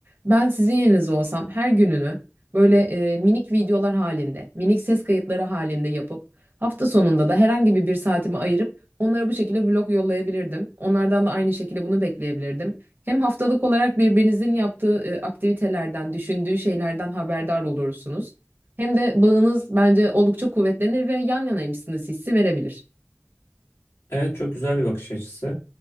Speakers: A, on the right; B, on the left.
A: Ben sizin yerinizde olsam her gününü böyle e, minik videolar halinde, minik ses kayıtları halinde yapıp hafta sonunda da herhangi bir bir saatimi ayırıp onlara bu şekilde vlog yollayabilirdim. Onlardan da aynı şekilde bunu bekleyebilirdim. Hem haftalık olarak birbirinizin yaptığı e, aktivitelerden, düşündüğü şeylerden haberdar olursunuz. Hem de bağınız bence oldukça kuvvetlenir ve yan yanaymışsınız hissi verebilir.
B: Evet çok güzel bir bakış açısı.